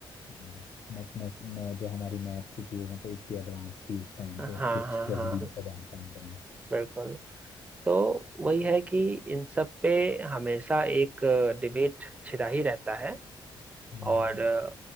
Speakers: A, on the left (about 45°); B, on the right (about 15°).
A: हाँ, मैथ मैथ मैं- जो हमारी मैथ से थी वो मतलब इतनी एडवांस थी उस टाइम
B: हाँ
A: पे कुछ
B: हाँ
A: दस
B: हाँ
A: बीस हजार साल पहले
B: बिल्कुल तो वही है कि इन सब पे हमेशा एक डिबेट छिड़ा ही रहता है
A: हम्म,
B: और अ,